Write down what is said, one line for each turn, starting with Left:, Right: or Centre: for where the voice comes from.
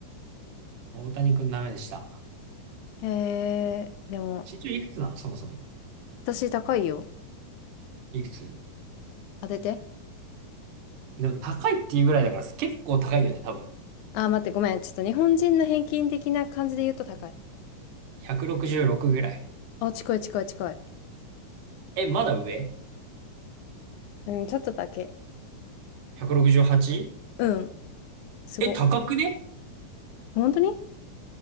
Right: よ。大谷くんダメでした。
Left: えー、でも、
Right: 身長いくつなのそもそも。
Left: 私高いよ。
Right: いくつ
Left: 当てて。
Right: でも高いっていうぐらいだから結構高いよね、多分。
Left: あー、待って、ごめん。ちょっと日本人の平均的な感じで言うと高い。
Right: 166ぐらい。
Left: あ、近い近い近い。
Right: え、まだ上
Left: うん、ちょっとだけ。
Right: ?168?
Left: うん、すご。
Right: え、高くね
Left: 本当に